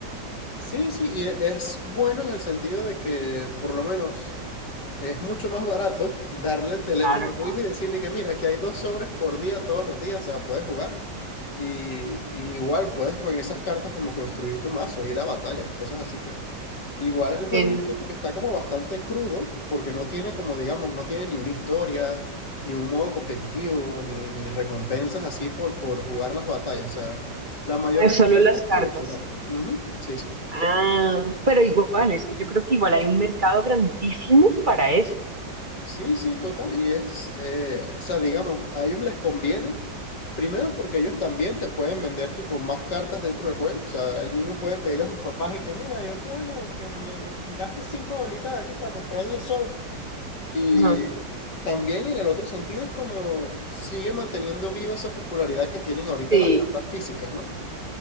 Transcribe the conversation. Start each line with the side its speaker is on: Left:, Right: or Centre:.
Left: Sí, sí, y e- es bueno en el sentido de que por lo menos es mucho más barato darle el teléfono
Right: Claro.
Left: a tu hijo y decirle que mira, aquí hay dos sobres por día todos los días, o sea, puedes jugar y, y igual puedes con esas cartas como construir tu mazo, ir a batallas, cosas así, pues. Igual el juego
Right: En,
Left: yo siento que está como bastante crudo porque no tiene como, digamos, no tiene ni una historia, ni un modo competitivo, ni, ni recompensas así por, por jugar las batallas, o sea, la mayor
Right: ah,
Left: recompensa
Right: solo las
Left: es
Right: cartas.
Left: coleccionar. Ujú, Sí, sí.
Right: Ah, pero igual, es que yo creo que igual hay un mercado grandísimo para eso.
Left: Sí, sí, total. Y es, eh, o sea, digamos, a ellos les conviene, primero porque ellos también te pueden vender tipo más cartas dentro del juego. O sea, el niño puede pedirle a sus papás y que, mira, yo quiero que, que me gaste cinco dolitas de aquí para comprar 10 sobres. Y
Right: Ajá.
Left: también en el otro sentido es como sigue manteniendo viva esa popularidad que tienen ahorita
Right: Sí.
Left: las cartas físicas, ¿no?